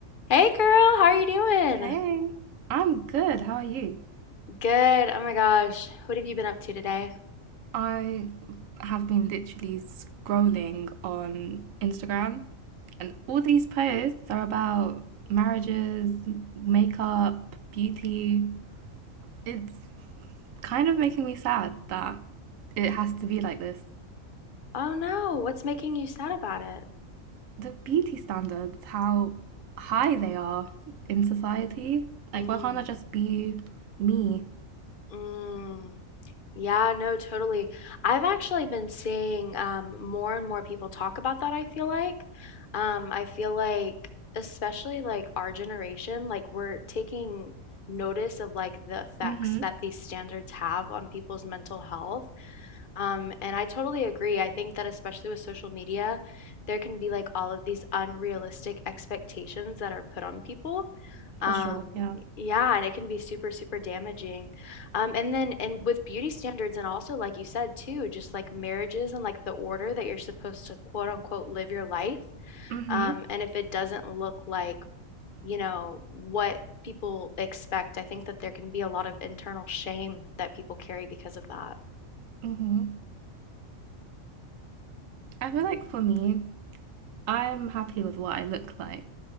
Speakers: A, on the left; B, on the right.
A: Hey girl, how are you doing?
B: Hey, I'm good. How are you?
A: Good. Oh my gosh. What have you been up to today?
B: I have been literally scrolling on Instagram, and all these posts are about marriages, makeup, beauty. It's kind of making me sad that it has to be like this.
A: Oh no, what's making you sad about it?
B: The beauty standards, how high they are in society. Like,
A: Mm,
B: why can't I just be me?
A: mm. Yeah, no, totally. I've actually been seeing um, more and more people talk about that, I feel like. Um, I feel like, especially like our generation, like we're taking notice of like the effects
B: Mm-hmm.
A: that these standards have on people's mental health. Um, and I totally agree. I think that especially with social media, there can be like all of these unrealistic expectations that are put on people.
B: For
A: Um,
B: sure, yeah.
A: y- yeah, and it can be super, super damaging. Um, and then and with beauty standards and also like you said too, just like marriages and like the order that you're supposed to quote unquote live your life.
B: Mm-hmm.
A: Um, and if it doesn't look like, you know, what people expect, I think that there can be a lot of internal shame that people carry because of that.
B: Mm-hmm. I feel like for me, I'm happy with what I look like,